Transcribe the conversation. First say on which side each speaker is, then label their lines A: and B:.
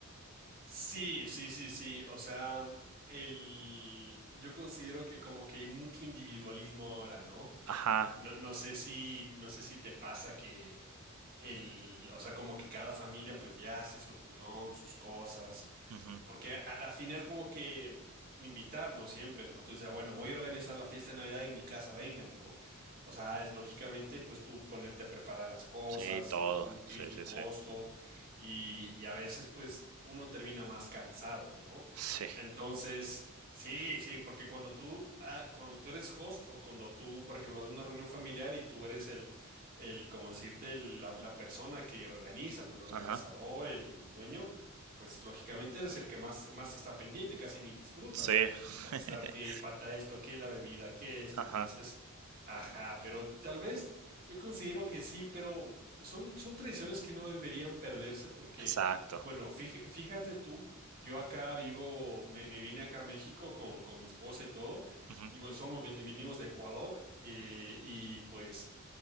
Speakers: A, on the right (about 45°); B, on the right (about 80°).
A: Sí, sí, sí, sí. O sea, el, yo considero que como que hay mucho individualismo ahora, ¿no?
B: Ajá.
A: No, no sé si, no sé si te pasa que el, o sea, como que cada familia pues ya hace su reunión, sus cosas,
B: ujú,
A: porque a la final como que invitarnos siempre, ¿no? Tú dices, "Ah, bueno, voy a organizar la fiesta de Navidad en mi casa, vengan, ¿no? O sea, es lógicamente pues tú ponerte a preparar las cosas,
B: Sí, todo.
A: in- implica
B: Sí, sí,
A: un costo
B: sí.
A: y, y a veces pues uno termina más cansado, ¿no?
B: Sí.
A: Entonces, sí, sí, porque cuando tú, ah, cuando tú eres host o cuando tú, por ejemplo, haces una reunión familiar y tú eres el, el, como decirte, el- la, la persona que organiza, ¿no? El organizador,
B: Ajá.
A: el dueño pues lógicamente eres el que más, más está pendiente, casi ni disfrutas,
B: Sí.
A: porque
B: <laughs>
A: estar que falta esto, que la bebida, que esto,
B: Ajá.
A: entonces, ajá, pero tal vez yo considero que sí, pero son, son tradiciones que no deberían perderse porque,
B: Exacto.
A: bueno, fíj- fíjate tú, yo acá vivo, me, me vine acá a México con, con mi esposa y todo,
B: Ujú.
A: y bueno, somos, vin- vinimos de Ecuador, eh, y pues...